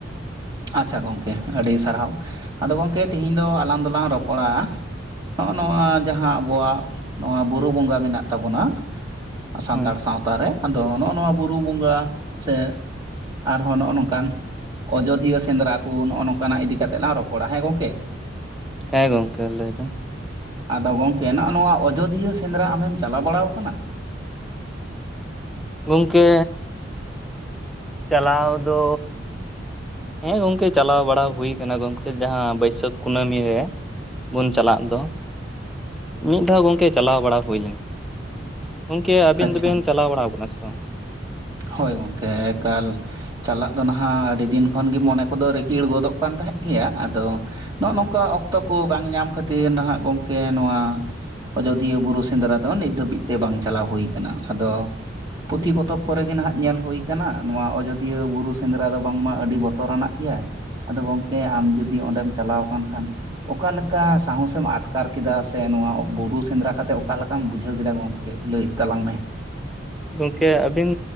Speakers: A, on the right (about 20°); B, in the centre.
A: ᱟᱪᱪᱷᱟ ᱜᱚᱝᱠᱮ ᱟᱹᱰᱤ ᱥᱟᱨᱦᱟᱣ ᱟᱫᱚ ᱜᱚᱢᱠᱮ ᱛᱤᱦᱤᱧ ᱫᱚ ᱟᱞᱟᱝ ᱫᱚᱞᱟᱝ ᱨᱚᱯᱚᱲᱟ ᱱᱚᱜᱼᱚ ᱱᱚᱣᱟ ᱡᱟᱦᱟᱸ ᱟᱵᱚᱣᱟᱜ ᱱᱚᱣᱟ ᱵᱩᱨᱩ ᱵᱚᱸᱜᱟ ᱢᱮᱱᱟᱜ ᱛᱟᱵᱚᱱᱟ ᱥᱟᱱᱛᱟᱲ
B: ᱦᱩᱸ
A: ᱥᱟᱶᱛᱟ ᱨᱮ ᱟᱫᱚ ᱱᱚᱜᱼᱚ ᱱᱚᱣᱟ ᱵᱩᱨᱩ ᱵᱚᱸᱜᱟ ᱥᱮ ᱟᱨᱦᱚᱸ ᱱᱚᱜᱼᱚ ᱱᱚᱝᱠᱟᱱ ᱟᱡᱚᱫᱤᱭᱟᱹ ᱥᱮᱸᱫᱽᱨᱟ ᱠᱚ ᱱᱚᱜᱼᱚ ᱱᱚᱝᱠᱟᱱᱟᱜ ᱤᱫᱤᱠᱟ ᱠᱟᱛᱮᱜ ᱞᱟᱝ ᱨᱚᱯᱚᱲᱟ ᱦᱮᱸ ᱜᱚᱝᱠᱮ
B: ᱦᱮᱸ ᱜᱚᱝᱠᱮ ᱞᱟᱹᱭ ᱵᱤᱱ
A: ᱟᱫᱚ ᱜᱚᱝᱠᱮ ᱱᱚᱜᱼ ᱱᱚᱣᱟ ᱟᱡᱚᱫᱤᱭᱟᱹ ᱥᱮᱸᱫᱽᱨᱟ ᱟᱢᱮᱢ ᱪᱟᱞᱟᱣ ᱵᱟᱲᱟ ᱟᱠᱟᱱᱟ
B: ᱜᱚᱢᱠᱮ ᱪᱟᱞᱟᱣ ᱫᱚ ᱦᱮᱸ ᱜᱚᱢᱠᱮ ᱪᱟᱞᱟᱣ ᱵᱟᱲᱟ ᱦᱩᱭᱠᱟᱱᱟ ᱜᱚᱢᱠᱮ ᱡᱟᱦᱟᱸ ᱵᱟᱹᱭᱥᱟᱹᱠᱷ ᱠᱩᱱᱟᱹᱢᱤ ᱨᱮ ᱵᱚᱱ ᱪᱟᱞᱟᱜ ᱫᱚ ᱢᱤᱫ ᱫᱷᱟᱣ ᱜᱚᱢᱠᱮ ᱪᱟᱞᱟᱣ ᱵᱟᱲᱟ ᱦᱩᱭ ᱞᱮᱱᱟ ᱜᱚᱢᱠᱮ ᱟᱹᱵᱤᱱ
A: ᱟᱪᱪᱷᱟ
B: ᱫᱚᱵᱤᱱ ᱪᱟᱞᱟᱣ ᱵᱟᱲᱟ ᱠᱟᱱᱟ ᱥᱮ
A: ᱦᱳᱭ ᱜᱚᱢᱠᱮ ᱮᱠᱟᱞ ᱪᱟᱞᱟᱜ ᱫᱚ ᱱᱟᱦᱟᱸᱜ ᱟᱹᱰᱤ ᱫᱤᱱ ᱠᱷᱚᱱ ᱜᱮ ᱢᱚᱱᱮ ᱠᱚᱫᱚ ᱨᱤᱠᱤᱲ ᱜᱚᱫᱚᱜ ᱠᱟᱱ ᱛᱟᱦᱮᱸᱫ ᱜᱮᱭᱟ ᱟᱫᱚ ᱱᱚᱜᱼᱚ ᱱᱚᱝᱠᱟ ᱚᱠᱛᱚ ᱠᱚ ᱵᱟᱝ ᱧᱟᱢ ᱠᱷᱟᱹᱛᱤᱨ ᱱᱟᱦᱟᱜ ᱜᱚᱢᱠᱮ ᱱᱚᱣᱟ ᱟᱡᱚᱫᱤᱭᱟᱹ ᱵᱩᱨᱩ ᱥᱮᱸᱫᱽᱨᱟ ᱫᱚ ᱱᱤᱛ ᱫᱷᱟᱹᱵᱤᱡ ᱛᱮ ᱵᱟᱝ ᱪᱟᱞᱟᱣ ᱦᱩᱭ ᱟᱠᱟᱱᱟ ᱟᱫᱚ ᱯᱩᱛᱷᱤ ᱯᱚᱛᱚᱵ ᱠᱚᱨᱮᱜ ᱜᱮ ᱱᱟᱦᱟᱜ ᱧᱮᱞ ᱦᱩᱭ ᱠᱟᱱᱟ ᱱᱚᱣᱟ ᱟᱡᱚᱫᱤᱭᱟᱹ ᱵᱩᱨᱩ ᱥᱮᱸᱫᱽᱨᱟ ᱫᱚ ᱵᱟᱝᱢᱟ ᱟᱹᱰᱤ ᱵᱚᱛᱚᱨᱟᱱᱟᱜ ᱜᱮᱭᱟ ᱟᱫᱚ ᱜᱚᱢᱠᱮ ᱟᱢ ᱡᱩᱫᱤ ᱚᱸᱰᱮᱢ ᱪᱟᱞᱟᱣ ᱟᱠᱟᱱ ᱠᱷᱟᱱ ᱚᱠᱟ ᱞᱮᱠᱟ ᱥᱟᱦᱚᱥᱮ ᱮᱢ ᱟᱴᱠᱟᱨ ᱠᱮᱫᱟ ᱥᱮ ᱱᱚᱣᱟ ᱵᱩᱨᱩ ᱥᱮᱸᱫᱽᱨᱟ ᱠᱟᱛᱮᱫ ᱚᱠᱟ ᱞᱮᱠᱟᱢ ᱵᱩᱡᱷᱟᱹᱣ ᱠᱮᱫᱟ ᱜᱚᱝᱠᱮ ᱞᱟᱹᱭ ᱛᱟᱞᱟᱝ ᱢᱮ
B: ᱜᱚᱢᱠᱮ ᱟᱹᱵᱤᱱ